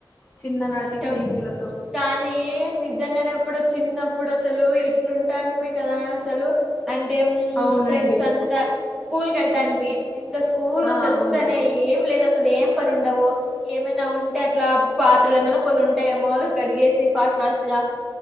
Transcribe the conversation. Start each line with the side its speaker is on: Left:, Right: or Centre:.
Left: చిన్ననాటి
Centre: అయ్యో
Left: స్నేహితులతో
Centre: కానీ నిజంగానేప్పుడు చిన్నప్పుడు అసలు ఎట్లుంటాంట మీ కదా అసలు అంటే
Left: అవునండి
Centre: ఫ్రెండ్స్ అంతా స్కూల్ కి వెళ్తాం మీ ఇంకా స్కూల్
Left: ఆ
Centre: నుంచి వస్తేనే
Left: అవును
Centre: ఏం లేద అసలు ఏం పని ఉండవు ఏమైనా ఉంటే అట్లా పా ఇలు ఏమైన్నా కొన్ని ఉంటాయేమో కడిగేసి ఫాస్ట్ ఫాస్ట్ గా